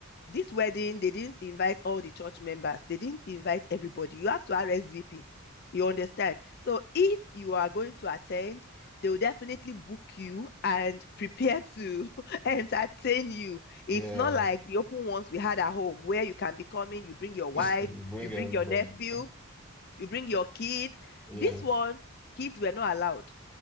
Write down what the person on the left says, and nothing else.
This wedding, they didn't invite all the church members. They didn't invite everybody. You have to RSVP. You understand? So if you are going to attend, they will definitely book you and prepare to <laughs> entertain you.
It's not like the open ones we had at home where you can be coming, you bring your
wife,
you bring
your nephew, you bring your kids.
This one, kids were not allowed.